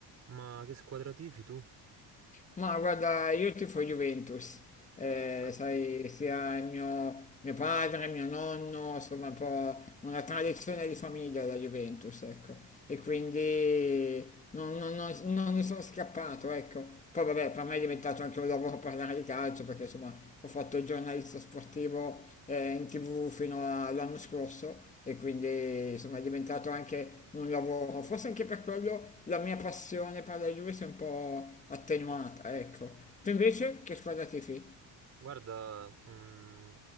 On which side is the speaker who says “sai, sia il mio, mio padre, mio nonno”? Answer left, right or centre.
Left